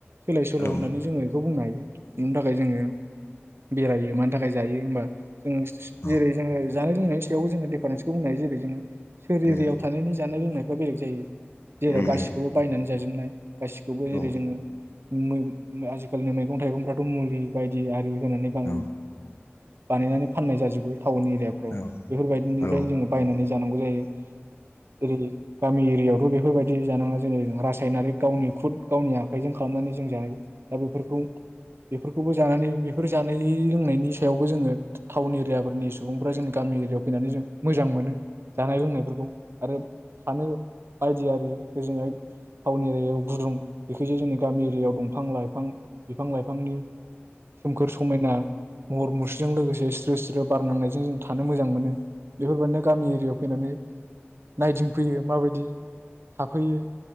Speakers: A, on the right (about 65°); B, on the left (about 70°).
A: सोलाय सोल'
B: औ
A: होननानै जोङो बेखौ बुंनो हायो बेनि थाखाय जोङो बेरायो मानि थाखाय जायो होमबा जों
B: औ
A: जेरै जोङो जानाय लोंनायनि सायावबो जोङो दिफारेन्सखौ बुंनो हायो जेरै जोङो सोहोर एरियाव
B: उम
A: थानायनि जानाय लोंनायफ्रा बेलेग जायो जेराव
B: उम
A: गासिखौबो बायनानै जाजोबनाय गासिखौबो जेरै
B: औ
A: जोङो मै आजिखालिनि मैगं थाइगंफ्राथ' मुलि बायदि आरि होनानै बां
B: औ
A: बानायनानै फाननाय जाजोबो टाउन एरियाफ्राव
B: औ
A: बेफोरबायदिनिफ्रायनो
B: औ
A: जोङो बायनानै जानांगौ जायो जेरै गामि एरियाायावथ' बेफोरबायदि जानाङा जेरै रासायनारि गावनि खुद गावनि आखाइजों खालामनानै जों जायो। दा बेफोरखौ बेफोरखौबो जानानै बेफोर जानाय लोंनायनि सायावबो जोङो टाउन एरियाफोरनि सुबुंफ्रा जोंनि गामि एरियाायाव फैनानै जों मोजां मोनो। जानाय लोंनायफोरखौ आरो थानो बायदि आरि ओजोंहाय टाउन एरायाव गुदुं बेखायसो जोंनि गामि एरियाव दंफां लाइफां बिफां लाइफांनि सोमखोर समायना महर मुस्रिजों लोगोसे स्रो स्रो बारनांनायजों जों थानो मोजां मोनो बेफोरबायदिनो गामि एरियाव फैनानै नायदिंफैयो माबायदि थाफैयो